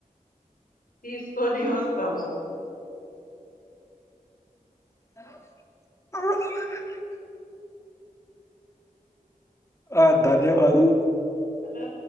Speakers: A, on the left; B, on the left.
A: తీసుకొని వస్తాం
B: అ ఆ ధన్యవాధు
A: హలో